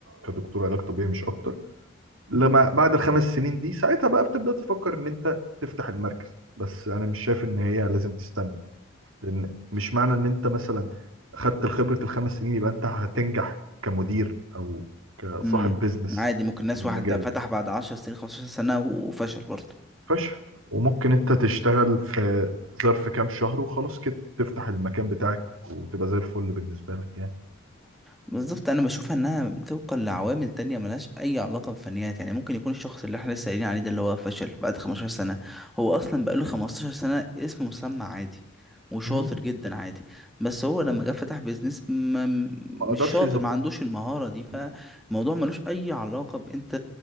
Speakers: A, on the right; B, in the centre.
A: كدكتور علاج طبيعي مش اكتر لما بعد الخمس سنين دي ساعتها بقى بتبدأ تفكر ان انت تفتح المركز بس انا مش شايف ان هي لازم تستنى لان مش معنى ان انت مثلا خدت خبرة الخمس سنين يبقى انت هتنجح كمدير او كصاحب
B: امم
A: بيزنس
B: عادي ممكن ناس
A: في المجال
B: واحد فتح
A: ده
B: بعد 10 سنين 15 سنة وفشل برضه
A: فشخ وممكن انت تشتغل في ظرف كام شهر وخلاص كده تفتح المكان بتاعك وتبقى زي الفل بالنسبة لك يعني
B: بالظبط انا بشوف انها طبقا لعوامل تانية ملهاش اي علاقة بالفنيات يعني ممكن يكون الشخص اللي احنا لسه قايلين عليه ده اللي هو فشل بعد 15 سنة هو اصلا بقاله 15 سنة اسم مسمى عادي وشاطر
A: مم.
B: جدا عادي بس هو لما
A: مم.
B: جه فتح بيزنس ما
A: ما اقدرش
B: مش شاطر
A: يظبط
B: ما عندوش المهارة دي فالموضوع
A: مم.
B: ملوش اي علاقة بانت